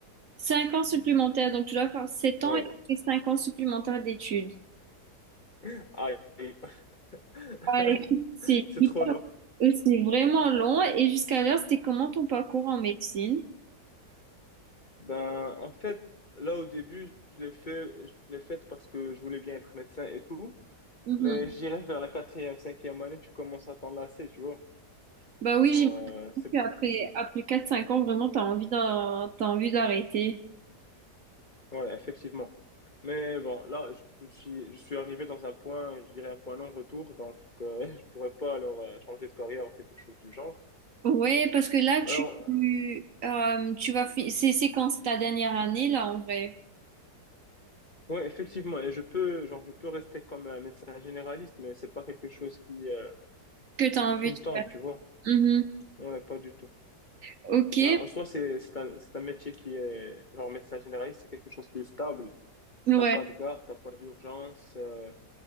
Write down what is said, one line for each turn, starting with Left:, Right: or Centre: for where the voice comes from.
Right: Cinq ans supplémentaires, donc tu dois faire sept
Left: Ouais.
Right: ans et après cinq ans supplémentaires d'études.
Left: <laughs> Aïe. <laughs>
Right: Ouais, <laughs> écoute, c'est
Left: C'est
Right: hyper-
Left: trop long.
Right: euh, c'est vraiment long. Et jusqu'à l'heure, c'était comment ton parcours en médecine?
Left: Ben, en fait, là, au début, je l'ai fait, je l'ai fait parce que je voulais bien être médecin et tout.
Right: Mhm.
Left: Mais j'irai vers la quatrième, cinquième année, tu commences à t'enlacer, tu vois.
Right: Bah oui,
Left: Genre,
Right: j'imagine
Left: euh, c'est-
Right: qu'après après quatre cinq ans, vraiment, t'as envie d'en- t'as envie d'arrêter.
Left: Ouais, effectivement. Mais bon, là, je me suis, je suis arrivé dans un point, je dirais un point non-retour, donc euh, <laughs> je pourrais pas alors euh, changer de carrière ou quelque chose du genre.
Right: Ouais, parce que là, tu,
Left: Alors,
Right: euh, tu vas fi- c'est c'est quand c'est ta dernière année, là, en vrai,
Left: oui, effectivement, et je peux, genre, je peux rester comme un médecin généraliste, mais c'est pas quelque chose qui, euh,
Right: que t'as envie
Left: qui me
Right: de...
Left: tente, tu vois.
Right: Mhm.
Left: Ouais, pas du tout.
Right: Ok,
Left: Ben, en soi, c'est, c'est un, c'est un métier qui est, genre, médecin généraliste, c'est quelque chose qui est stable.
Right: ouais.
Left: T'as pas de garde, t'as pas d'urgence, euh,